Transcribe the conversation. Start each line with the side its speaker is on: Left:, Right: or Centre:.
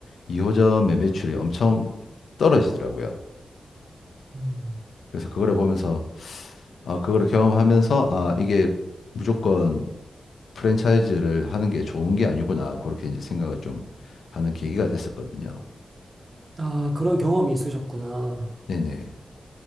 Left: 2호점의 매출이 엄청 떨어지더라고요.
Right: 음.
Left: 그래서 그거를 보면서 아, 그거를 경험하면서 아, 이게 무조건 프랜차이즈를 하는 게 좋은 게 아니구나. 그렇게 이제 생각을 좀 하는 계기가 됐었거든요.
Right: 아, 그런 경험이 있으셨구나.
Left: 네네.